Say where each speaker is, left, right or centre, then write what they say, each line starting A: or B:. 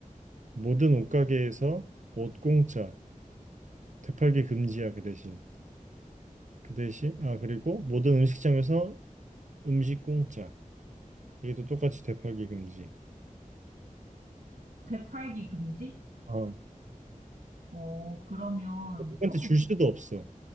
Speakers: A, on the right; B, on the right.
A: 모든 옷가게에서 옷 공짜, 되팔기 금지야 그 대신. 그 대신 아 그리고 모든 음식점에서 음식 공짜. 이게 또 똑같이 되팔기 금지.
B: 되팔기 금지?
A: 어.
B: 어, 그러면,
A: 누구한테
B: 어,
A: 줄 수도 없어.